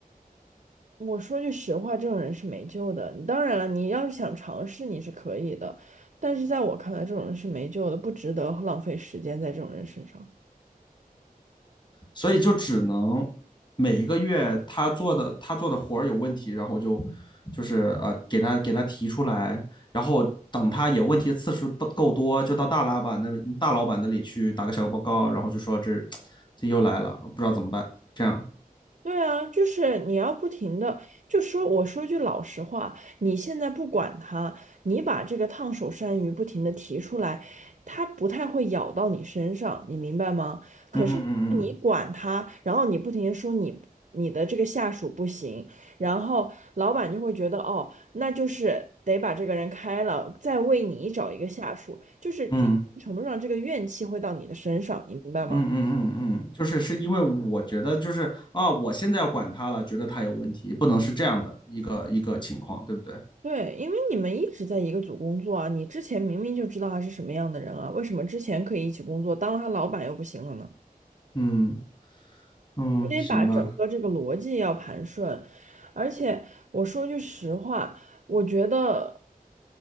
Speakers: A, on the right (about 60°); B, on the left (about 30°).
A: 我说句实话，这种人是没救的。当然了，你要是想尝试，你是可以的，但是在我看来，这种人是没救的，不值得浪费时间在这种人身上。
B: 所以就只能每一个月他做的他做的活儿有问题，然后就就是呃给他给他提出来，然后等他有问题的次数够多，就到大老板那大老板那里去打个小报告，然后就说这 <tsk> 这又来了，不知道怎么办，这样，
A: 对啊，就是你要不停的，就说我说句老实话，你现在不管他，你把这个烫手山芋不停的提出来，他不太会咬到你身上，你明白吗？可是你管他，
B: 嗯嗯嗯嗯。
A: 然后你不停的说你你的这个下属不行，然后老板就会觉得哦，那就是得把这个人开了，再为你找一个下属，就是一定程度上这个怨气会到你的身上，
B: 嗯
A: 你明白吗？
B: 嗯嗯嗯嗯，就是是因为我觉得就是啊，我现在要管他了，觉得他有问题，不能是这样的一个一个情况，对不对？
A: 对，因为你们一直在一个组工作啊，你之前明明就知道他是什么样的人啊，为什么之前可以一起工作，当了他老板又不行了呢？
B: 嗯嗯，
A: 你得把整个这个逻辑要盘顺，
B: 行吧。
A: 而且我说句实话，我觉得，